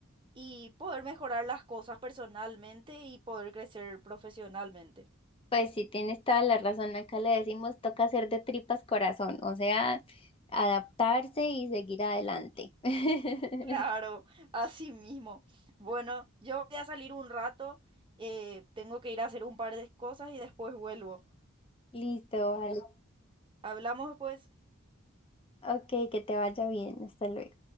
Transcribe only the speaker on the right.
y poder mejorar las cosas personalmente y poder crecer profesionalmente. <laughs>
Claro, así mismo. Bueno, yo voy a salir un rato, eh, tengo que ir a hacer un par de cosas y después vuelvo.
Hablamos después.